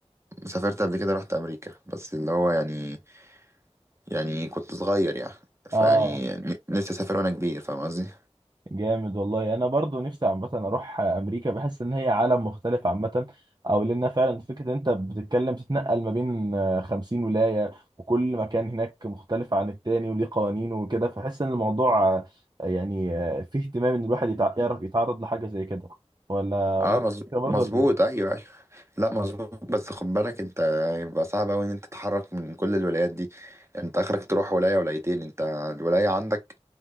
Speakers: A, on the right; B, on the right.
A: سافرت قبل كده رحت امريكا بس اللي هو يعني يعني كنت صغير يعني فيعني
B: اه
A: ن- نفسي اسافر وانا كبير فاهم قصدي
B: جامد والله انا برضو نفسي عامه اروح امريكا بحس ان هي عالم مختلف عامه او لان فعلا فكره انت بتتكلم تتنقل ما بين آه، 50 ولايه وكل مكان هناك مختلف عن التاني وليه قوانينه وكده فحس ان الموضوع آه، يعني آه، فيه اهتمام ان الواحد يتع- يعرف يتعرض لحاجه زي كده ولا
A: اه
B: بنفس
A: مظ-
B: الفكرة برضو
A: مظبوط
B: ولا ايه
A: ايوه أيوه. لا مظبوط بس خد بالك انت هيبقى صعب قوي ان انت تتحرك من كل الولايات دي يعني انت اخرك تروح ولاية ولايتين انت الولاية عندك